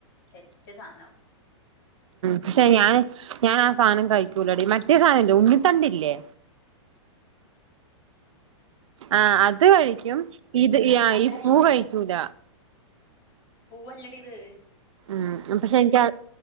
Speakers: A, on the left; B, on the right.
A: സെറ്റ് സാനാവും.
B: പക്ഷെ ഞാന്, ഞാനാസാനം കഴിക്കൂലെടി മറ്റ് സാനല്ലേ ഉണ്ണി തണ്ട്ല്ല്യേ ആ അത് കഴിക്കും, ഇത് ഈ
A: അത്
B: ആ
A: നല്ല
B: ഈ പൂ കഴിക്കൂല.
A: പൂവല്ലടീത്.
B: ഉം അപ്പ ശെരിക്കാ